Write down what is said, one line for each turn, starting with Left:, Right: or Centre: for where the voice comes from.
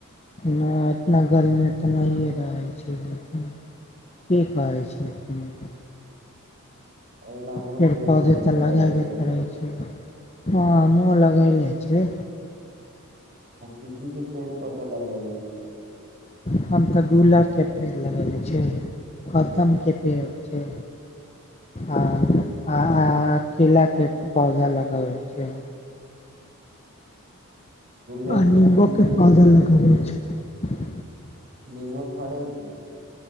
Left: न इतना गर्मीमे तऽ नहिए रहै छै लेकिन की कहै छै अपने
Right: एहिना हमहूँ
Left: पेड़-पौधे
Right: त पेड़ पौधा
Left: तऽ
Right: त
Left: लगेबे
Right: लगेबै करै छी
Left: छै <unintelligible> लगैले छै
Right: कसी के पेड़ पौधा लगेले छी
Left: हम तऽ गुलरके पेड़ लगैले छियै कदमके पेड़ छै आ- आ केलाके पौधा लगाबै छियै
Right: गुलर
Left: आ
Right: के
Left: नीमके
Right: फूल के
Left: पौधा लगाबै छै
Right: नेबो फड़ै छै